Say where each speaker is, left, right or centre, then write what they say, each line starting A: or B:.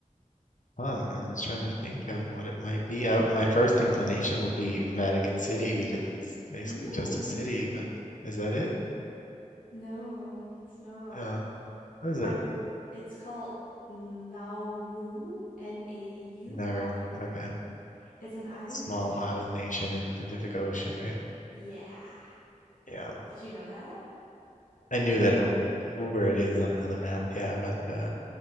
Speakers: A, on the left; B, on the left.
A: Um, I'm just trying to think of what it might be. Uh, my first inclination would be Vatican City because it's basically
B: Mm,
A: just a city, but is that it?
B: no, it's not.
A: Uh, what is
B: I
A: it?
B: w- it's called Nauru, N-A-U-R-U.
A: Nauru. Okay.
B: It's an island
A: Small
B: country.
A: island nation in the Pacific Ocean, right?
B: Yeah.
A: Yeah.
B: Did you know that?
A: I knew that it, w- where it is on, on the map, yeah, but uh,